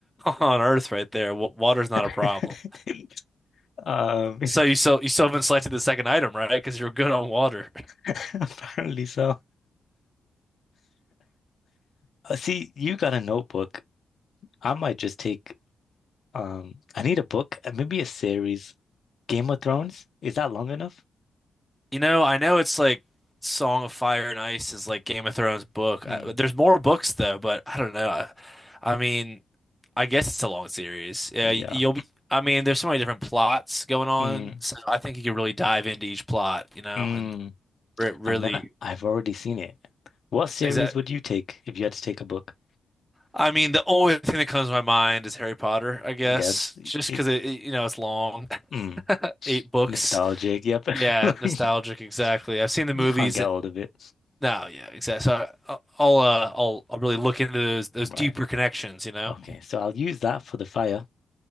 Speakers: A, in the centre; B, on the left.
A: on Earth right there. wa- Water's not
B: <laughs>
A: a problem.
B: Um,
A: So you so you still haven't selected the second item, right? Because you're good on water.
B: <laughs> apparently so. Uh, See, you got a notebook. I might just take um I need a book, uh, maybe a series. Game of Thrones? Is that long enough?
A: You know, I know it's like Song of Fire and Ice is like Game of Thrones book.
B: Mm,
A: I, there's more books though, but I don't know. I, I mean, I guess it's a long series. Yeah,
B: yeah.
A: y- you'll be. I mean, there's so many different plots going on,
B: Mm,
A: so I think you could really dive into each plot, you know,
B: mm.
A: and re really
B: And then I- I've already seen it. What series
A: is that.
B: would you take if you had to take a book?
A: I mean, the only thing that comes to my mind is Harry Potter, I guess,
B: Yes.
A: just
B: It,
A: because it, it- you know, it's long,
B: hmm.
A: <laughs> eight books.
B: Nostalgic, yep.
A: Yeah, nostalgic,
B: <laughs>
A: exactly. I've seen the
B: You
A: movies.
B: can't get hold of it.
A: No, yeah, exactly. So I- I'll uh, I'll I'll really look into those those
B: Right.
A: deeper connections, you know,
B: Okay, so I'll use that for the fire